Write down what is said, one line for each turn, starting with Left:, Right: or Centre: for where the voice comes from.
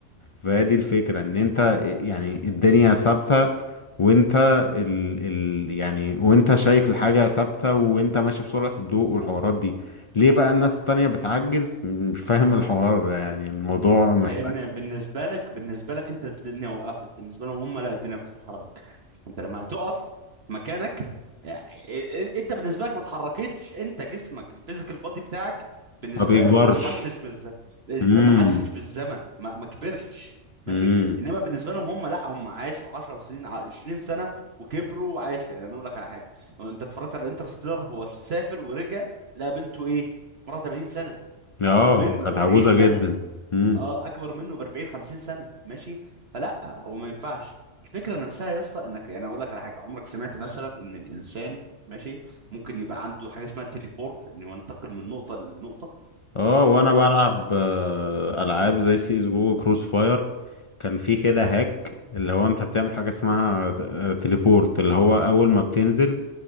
Left: فهي دي الفكرة ان انت يعني الدنيا ثابتة وانت ال ال يعني وانت شايف الحاجة ثابتة وانت ماشي بسرعة الضوء والحوارات دي ليه بقى الناس التانية بتعجز مش فاهم الحوار ده يعني الموضوع محتاج
Right: لان بالنسبه لك بالنسبه لك انت الدنيا وقفت بالنسبه لهم هم لا الدنيا بتتحرك انت لما هتقف مكانك يعني إ- إ- انت بالنسبه لك ما اتحركتش انت جسمك الفيزيكال بودي بتاعك بالنسبه
Left: ما بيكبرش
Right: له هو ما حسش بالزمن
Left: امم
Right: ما حسش بالزمن ما ما كبرش ماشي
Left: امم
Right: انما بالنسبه لهم هم لا هم عاشوا 10 سنين ع- 20 سنه وكبروا وعاشوا يعني انا اقول لك على حاجه لو انت اتفرجت على انترستيلر هو سافر ورجع لقى بنته ايه مرة 80 سنه
Left: اه
Right: اكبر منه
Left: كانت
Right: ب 40
Left: عجوزة
Right: سنه
Left: جدا امم
Right: اه اكبر منه ب 40 50 سنه ماشي فلا هو ما ينفعش الفكره نفسها يا اسطى انك يعني اقول لك على حاجه عمرك سمعت مثلا ان الانسان ماشي ممكن يبقى عنده حاجه اسمها تليبورت انه ينتقل من نقطه لنقطه
Left: اه وانا بلعب آه، العاب زي سي اس جو كروس فاير كان في كده هاك اللي هو انت بتعمل حاجه اسمها آه، تليبورت اللي هو اول ما بتنزل